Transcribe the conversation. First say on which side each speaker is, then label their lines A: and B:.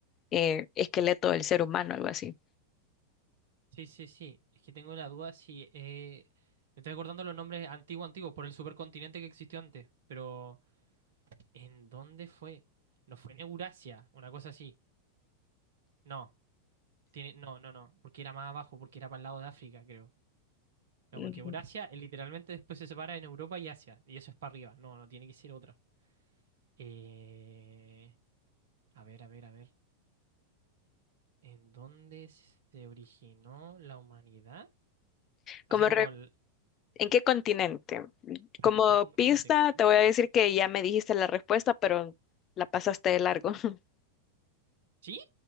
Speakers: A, on the left (about 30°); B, on the right (about 60°).
A: eh, esqueleto del ser humano, algo así.
B: Sí, sí, sí. Es que tengo la duda si... eh, Me estoy acordando los nombres antiguo antiguo por el supercontinente que existió antes. Pero... ¿En dónde fue? No fue en Eurasia, una cosa así. No. Tiene... No, no, no. Porque era más abajo, porque era para el lado de África, creo. No,
A: Ujú.
B: porque Eurasia eh, literalmente después se separa en Europa y Asia. Y eso es para arriba. No, no tiene que ser otra. Eh... A ver, a ver, a ver. ¿En dónde se originó la humanidad?
A: Como
B: Así como
A: re-
B: el...
A: ¿en qué continente? Como
B: Ah, ¿en qué continente?
A: pista,
B: No,
A: te voy a decir que ya me dijiste la respuesta, pero la pasaste de largo, <laughs>
B: ¿Sí?